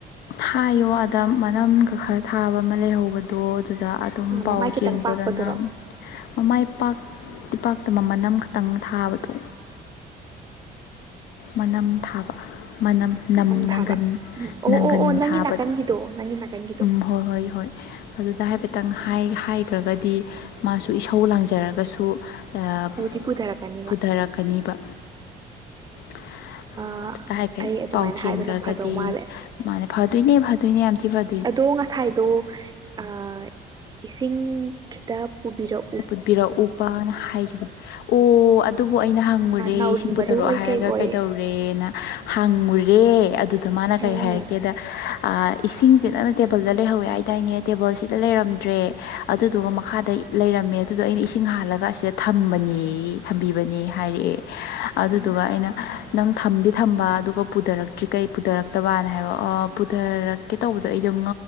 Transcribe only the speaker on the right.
ꯃꯃꯥꯏ ꯈꯤꯇꯪ
ꯄꯥꯛꯄꯗꯨꯔꯣ
ꯊꯥꯕ ꯎꯝ ꯑꯣ
ꯑꯣ ꯑꯣ ꯅꯪꯒꯤ
ꯅꯥꯀꯟꯒꯤꯗꯣ ꯅꯪꯒꯤ ꯅꯥꯀꯟꯒꯤꯗꯣ
ꯄꯨꯗꯤ ꯄꯨꯊꯔꯛꯀꯅꯤ ꯃꯥ
ꯑꯥ
ꯑꯩ ꯑꯗꯨꯃꯥꯏꯅ
ꯍꯥꯏꯕꯅ ꯐꯗꯧ ꯃꯥꯜꯂꯦ
ꯑꯗꯣ ꯉꯁꯥꯏꯗꯣ ꯑꯥ ꯏꯁꯤꯡ ꯈꯤꯇ ꯄꯨꯕꯤꯔꯛꯑꯣ
ꯅꯥꯎꯔꯤ
ꯃꯔꯨ ꯑꯣꯏ
ꯀꯩ ꯑꯣꯏ
ꯎꯝ